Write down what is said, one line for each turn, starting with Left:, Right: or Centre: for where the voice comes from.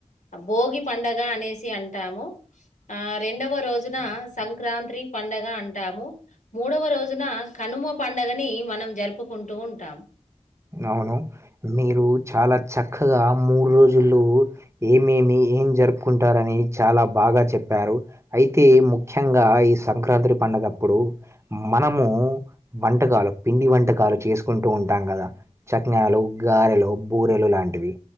Left: భోగి పండగ అనేసి అంటాము ఆ రెండవ రోజున సంక్రాంత్రి పండగ అంటాము మూడవ రోజున కనుమ పండగని మనం జరుపుకుంటూ ఉంటాం
Right: అవును మీరు చాలా చక్కగా మూడు రోజులు ఏమేమి ఏం జరుపుకుంటారని చాలా బాగా చెప్పారు అయితే ముఖ్యంగా ఈ సంక్రాంత్రి పండు గప్పుడు మనము వంటకాలు పిండి వంటకాలు చేసుకుంటూ ఉంటాం కదా చకినాలు గారెలు బూరెలు లాంటివి